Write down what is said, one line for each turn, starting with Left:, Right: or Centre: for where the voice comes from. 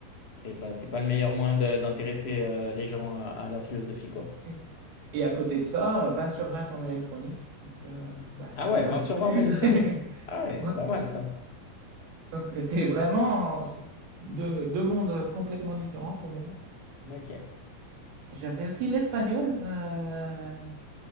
Left: c'est pas c'est pas le meilleur moyen de- d'intéresser euh, les gens à, à la philosophie quoi.
Right: Oui. Et à côté de ça, 20 sur 20 en électronique. Donc, euh, bah,
Left: Ah ouais,
Right: le bac
Left: 20 sur
Right: que j'ai
Left: 20
Right: eu.
Left: en électronique.
Right: <laughs>
Left: Ah ouais,
Right: Ouais.
Left: pas mal ça.
Right: Donc, c'était vraiment deux, deux mondes complètement différents pour moi.
Left: Ok.
Right: J'avais aussi l'espagnol. euh,